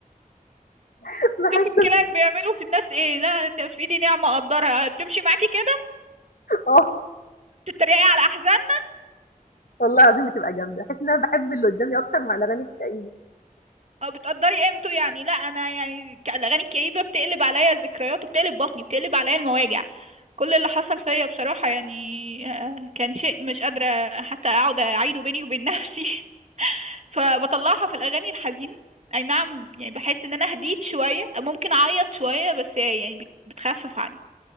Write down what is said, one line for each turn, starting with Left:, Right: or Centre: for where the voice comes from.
Left: <laughs> باحس
Right: شوفي الكلاب
Left: ب
Right: بيعملوا في الناس ايه لا انت في ايدي نعمه اقدرها بتمشي معاكي كده
Left: آه،
Right: بتتريقي على احزان
Left: والله العظيم بتبقى جامدة، باحس إن أنا باحب اللي قدامي أكتر مع الأغاني الكئيبة.
Right: اه بتقدري قيمته يعني لا انا يعني ك- الاغاني الكئيبه بتقلب عليا ذكريات وبتقلب بطني بتقلب عليا المواجع كل اللي حصل فيا بصراحه يعني آه، كان شيء مش قادره حتى اقعد اعيده بيني وبين نفسي <laughs> فبطلعها في الاغاني الحزينه اي نعم يعني بحس ان انا هديت شويه ممكن اعيط شويه بس يعني بت- بتخفف عني